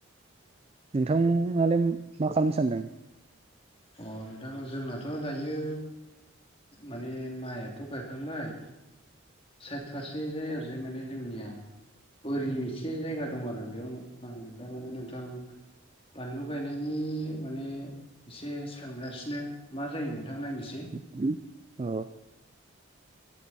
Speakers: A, on the right (about 30°); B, on the left (about 25°).
A: नोंथांआलाय मा खालामनो सानदों?
B: अ नोंथां जोंनाथ' दायो माने माइयाथ' गायखांबाय साइद फारसे जायो ओरैजाय माने जोंनिया बोरि एसे जायगा दं आरो बेयावनो आं थारमाने नोंथां बानलु गायनायनि माने एसे सानगासिनो मा जायो नोंथां नायनोसै।
A: <unintelligible> औ